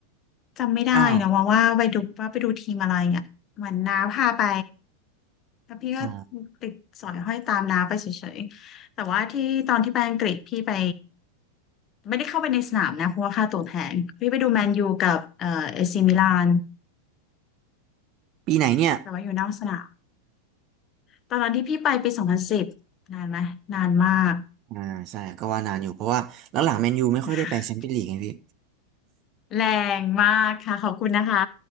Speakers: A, on the left (about 30°); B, on the right (about 35°).
A: จำไม่ได้นะว่าว่าไปดูว่าไปดูทีมอะไรอ่ะเหมือนน้าพาไป
B: อ้าว
A: แล้วพี่ก็
B: อ๋อ
A: ติดสอยห้อยตามน้าไปเฉยๆแต่ว่าที่ตอนที่ไปอังกฤษพี่ไปไม่ได้เข้าไปในสนามนะเพราะว่าค่าตั๋วแพงพี่ไปดูแมนยูกับเอ่อเอซีมิลาน
B: ปีไหนเนี่ย
A: แต่ว่าอยู่นอกสนามตอนนั้นที่พี่ไปปีสองพันสิบนานไหมนานมาก
B: อ่าใช่ก็ว่านานอยู่เพราะว่าหลังๆแมนยูไม่ค่อยได้ไปแชมเปี้ยนลีกไงพี่
A: <laughs> แรงมากค่ะขอบคุณนะคะ